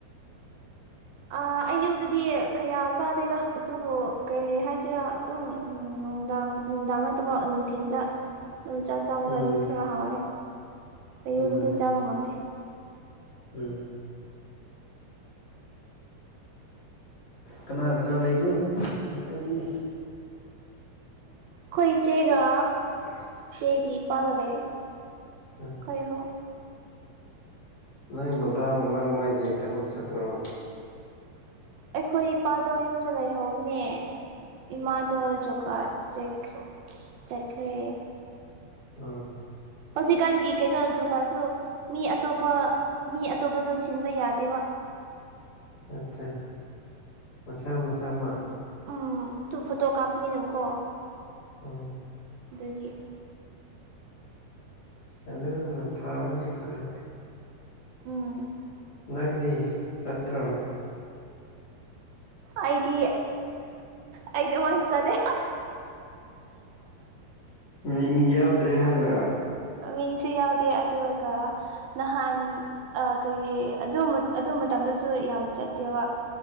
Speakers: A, on the right; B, on the left.
A: ꯑꯥ ꯑꯌꯨꯗꯗꯤ ꯀꯌꯥ ꯆꯥꯗꯦꯗ ꯑꯗꯨꯕꯨ ꯀꯔꯤ ꯍꯥꯏꯁꯤꯔꯥ ꯑꯗꯨꯝ ꯅꯨꯡꯗꯥꯡ ꯅꯨꯡꯗꯥꯡ ꯅꯠꯇꯕ ꯅꯨꯡꯊꯤꯟꯗ ꯗꯨꯝ ꯆꯥ ꯆꯥꯕ
B: ꯎꯝ
A: ꯀꯥꯟꯗꯤ ꯈꯔ ꯍꯥꯎꯋꯦ ꯑꯌꯨꯗꯗꯤ
B: ꯃꯥꯅꯦ
A: ꯆꯥꯕ ꯉꯝꯗꯦ
B: ꯎꯝ ꯀꯅꯥ ꯀꯅꯥ ꯂꯩꯕ꯭ꯔꯣ ꯅꯣꯏꯗꯤ
A: ꯈꯣꯏ ꯏꯆꯦꯒ
B: <inaudible>
A: ꯆꯦꯒꯤ ꯏꯄꯥꯒ ꯂꯩ
B: ꯎꯝ
A: ꯈꯣꯏ ꯑꯍꯨꯝ
B: ꯅꯣꯏ ꯕꯕꯥ ꯃꯃꯥ ꯃꯣꯏꯗꯤ ꯊꯕꯛ ꯆꯠꯄꯔꯣ
A: ꯑꯩꯈꯣꯏ ꯏꯄꯥꯗꯣ ꯌꯨꯝꯗ ꯂꯩꯍꯧꯕꯅꯦ ꯏꯃꯥꯗꯣ ꯖꯣꯀꯥꯔꯠ ꯆꯦꯛ ꯆꯠꯈ꯭ꯔꯦ
B: ꯎꯝ
A: ꯍꯧꯖꯤꯛꯀꯥꯟꯒꯤ ꯀꯩꯅꯣ ꯖꯣꯕꯀꯥꯗꯁꯨ ꯃꯤ ꯑꯇꯣꯞꯄ ꯃꯤ ꯑꯇꯣꯞꯄꯗꯣ ꯁꯤꯟꯕ ꯌꯥꯗꯦꯕ
B: ꯑꯠꯆꯥ ꯃꯁꯥ ꯃꯁꯥꯃꯛ
A: ꯎꯝ ꯑꯗꯨꯝ ꯐꯣꯇꯣ ꯀꯥꯞꯄꯅꯤꯗꯕꯀꯣ
B: ꯎꯝ
A: ꯗꯨꯒꯤ
B: ꯑꯗꯨꯅ ꯐꯕꯨꯗꯤ ꯐꯗꯦ
A: ꯎꯝ
B: ꯅꯪꯗꯤ ꯆꯠꯇ꯭ꯔꯣ
A: ꯑꯩꯗꯤ ꯑꯩꯗꯤ ꯑꯃꯁꯨ ꯆꯠꯗꯦ
B: ꯃꯤꯡ ꯌꯥꯎꯗ꯭ꯔꯦ ꯍꯥꯏꯅ
A: ꯃꯤꯡꯁꯨ ꯌꯥꯎꯗꯦ ꯑꯗꯨꯒ ꯅꯍꯥꯟ ꯑ ꯀꯩ ꯑꯗꯨ ꯑꯗꯨ ꯃꯇꯝꯗꯁꯨ ꯌꯥꯝ ꯆꯠꯇꯦꯕ